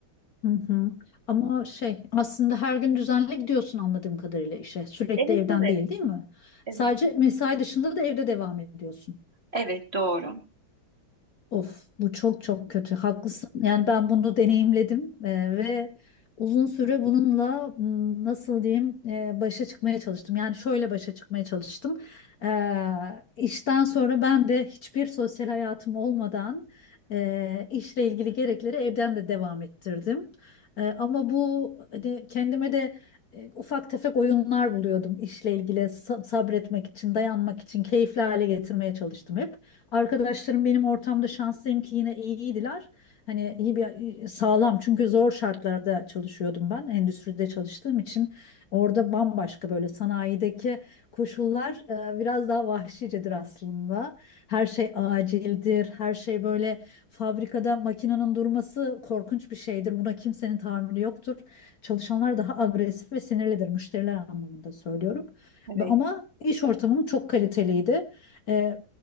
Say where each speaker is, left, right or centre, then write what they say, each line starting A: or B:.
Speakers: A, on the left; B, on the right.
A: hı. hı. Ama şey aslında her gün düzenli gidiyorsun anladığım kadarıyla işe. Sürekli
B: Evet,
A: evden
B: evet,
A: değil, değil mi?
B: evet.
A: Sadece mesai dışında da evde devam ediyorsun.
B: Evet, doğru.
A: Of bu çok çok kötü. Haklısın. Yani ben bunu deneyimledim e, ve uzun süre bununla m, nasıl diyeyim e, başa çıkmaya çalıştım. Yani şöyle başa çıkmaya çalıştım. E, işten sonra ben de hiçbir sosyal hayatım olmadan e, işle ilgili gerekleri evden de devam ettirdim. E, ama bu hani kendime de e, ufak tefek oyunlar buluyordum işle ilgili sa- sabretmek için, dayanmak için, keyifli hale getirmeye çalıştım hep. Arkadaşlarım benim ortamda şanslıyım ki yine iyiydiler. Hani iyi bir sağlam çünkü zor şartlarda çalışıyordum ben. Endüstride çalıştığım için orada bambaşka böyle sanayideki koşullar e, biraz daha vahşicedir aslında. Her şey acildir. Her şey böyle fabrikada makinenin durması korkunç bir şeydir. Buna kimsenin tahammülü yoktur. Çalışanlar daha agresif ve sinirlidir müşteriler anlamında söylüyorum.
B: Evet.
A: Ama iş ortamım çok kaliteliydi. Ee,